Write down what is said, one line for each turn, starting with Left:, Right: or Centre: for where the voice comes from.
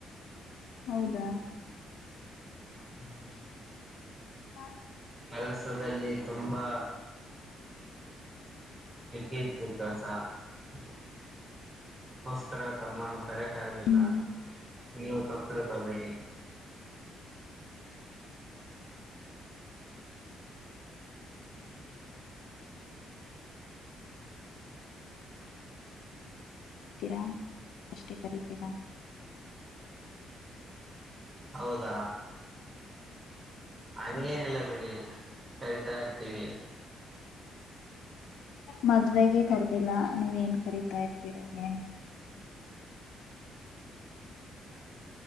Left: ಹೌದಾ
Right: ಹ್ಮ ಹ
Left: ಹ
Right: ಕೆಲಸದಲ್ಲಿ ತುಂಬಾ ಹೆಗ್ಗೆ ಇತ್ತು ಕೆಲ್ಸ ಅದಕ್ಕೋಸ್ಕರ ತಮ್ಮ ಕರೆ ಕಗ್ಲಿಲ್ಲ
Left: ಹ್ಮ್
Right: ನೀವು ತಪ್ತಿಳ್ಕೊಬೇಡಿ
Left: <inaudible> ತೀರಾ ಅಷ್ಟೇ ಕರಿತೀರಾ
Right: ಹೌದಾ ಹಂಗೇನಿಲ್ಲ ಬಿಡಿ ಕರಿತಾ ಇರ್ತೀವಿ
Left: ಮದ್ವೆಗೆ ಕರ್ದಿಲ್ಲಾ ನೀವ್ ಏನ್ ಕರತಾ ಇರ್ತೀರೋ ಏನ್